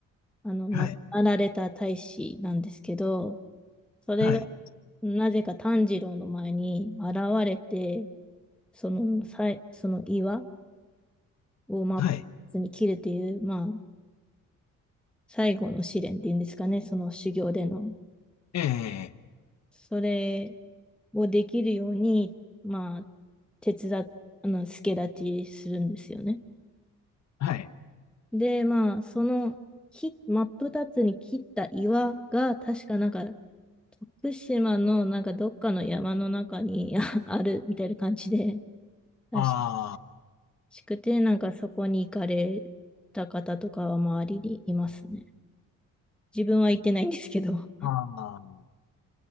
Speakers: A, in the centre; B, on the left (about 60°).
A: あの、亡くなられた大使なんですけど、
B: はい、
A: それが
B: はい、
A: なぜか炭治郎の前に現れて、その、さい、その岩を真っ二つに切るっていう、
B: はい。
A: まあ、最後の試練っていうんですかね、その修行での。
B: ええ、
A: それをできるように、まあ、手伝っ、あの、助太刀するんですよね。
B: はい。
A: で、まあ、その、き真っ二つに切った岩が、確かなんか、福島のなんかどっかの山の中にあ <laughs> あるみたいな感じでらし
B: あ
A: くて、なんかそこに行かれた方とかは周りにいますね。自分は行ってないんですけど。
B: ー、あああ